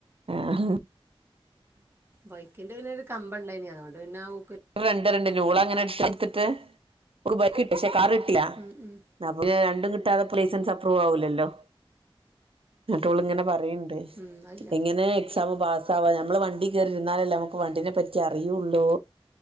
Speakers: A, on the right; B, on the right.
A: ആഹ് ഹാ
B: ബൈക്കിന്റെ പിന്നെ ഒരു കമ്പം ഉണ്ടായ്ന് അതോണ്ട് പിന്നെ ഔ
A: രണ്ട് രണ്ട് ഓള് അങ്ങനെ എടുത്തിട്ട് ഒൾക് ബൈക്ക് കിട്ടി പക്ഷെ കാർ കിട്ടിലാ.
B: ഉം ഉം
A: അപ്പ രണ്ട കിട്ടാതെപ്പോ ലൈസസ് അപ്രൂവ് ആവുല്ലല്ലോ? എന്നിട്ടോള് ഇങ്ങനെ പറയണ്ട്
B: ഉം അതില്ല
A: എങ്ങനെ എക്സാം പാസ് ആവാ നമ്മള് വണ്ടി കേയറിരുന്നാലല്ലേ നമുക്ക് വണ്ടീനെ പറ്റി അറിയുള്ളൂ.